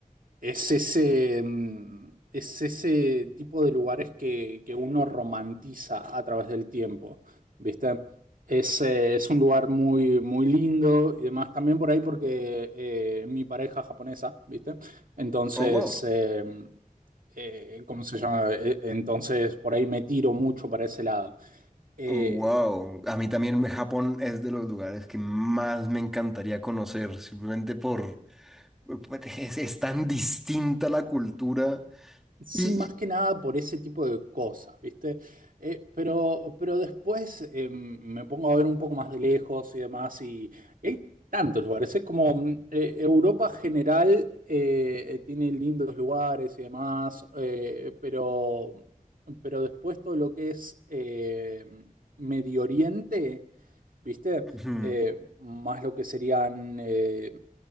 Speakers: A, on the right; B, in the centre.
A: es ese, mm, es ese tipo de lugares que, que uno romantiza a través del tiempo, ¿viste? Es, eh, es un lugar muy, muy lindo y demás, también por ahí porque eh, mi pareja es japonesa, ¿viste? Entonces,
B: Oh, wow.
A: eh, eh, ¿cómo se llama? Eh, Entonces, por ahí me tiro mucho para ese lado. Eh,
B: Wow. A mí también me- Japón es de los lugares que más me encantaría conocer, simplemente por... pues, Es, es tan distinta la cultura.
A: Sí,
B: Y,
A: más
B: y-
A: que nada por ese tipo de cosas, ¿viste? Eh, pero, pero después eh, me pongo a ver un poco más de lejos y demás, y, y hay tantos lugares. Es como mm, eh, Europa general eh, eh, tiene lindos lugares y demás, eh, pero, pero después todo lo que es eh, Medio Oriente ¿viste?
B: ujú.
A: Eh, más lo que serían eh,